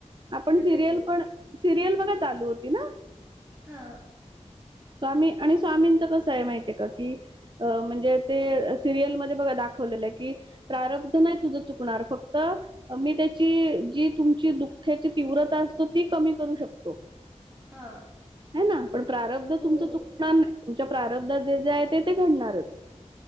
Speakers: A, on the right; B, on the right.
A: आपण
B: प्रत्येक
A: सिरियल
B: वेळेस
A: पण सिरियल, बघा चालू होती ना?
B: हा.
A: स्वामी आणि स्वामींच कस आहे, माहिती आहे का की अ म्हणजे. ते सिरियलमध्येध्ये बघा दाखवलेला आहे की प्रारब्धनाही, तुझ चुकणार फक्त मी त्या ज तुम. दुःख्यांची तीव्रतां असतों ती कमी करूं शकतो
B: हा
A: है ना पण प्रारब्ध
B: हो.
A: तुमच चुकणार नाही, तुमच्या प्रारब्धात जे जे आहे. ते ते घडणारच.